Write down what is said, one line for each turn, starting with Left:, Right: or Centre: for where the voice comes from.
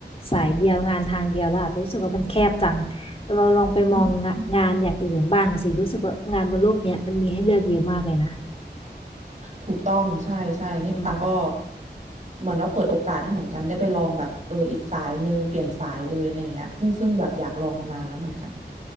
Left: สายเดียวงานทางเดียวเราอาจจะรู้สึกว่ามันแคบจังแต่เราลองไปมองงะงานอย่างอื่นบ้างสิรู้สึกว่างานบนโลกเนี้ยมันมีให้เลือกเยอะมากเลยนะ
Right: อืมถูกต้องใช่ใช่นี่ปาก็
Left: อืม
Right: เหมือนว่าเปิดโอกาสให้เหมือนกันได้ไปลองแบบเอออีกสายหนึ่งเปลี่ยนสายเลยอะไรอย่างเงี้ยซึ่งซึ่งแบบอยากลองมานานแล้วเหมือนกัน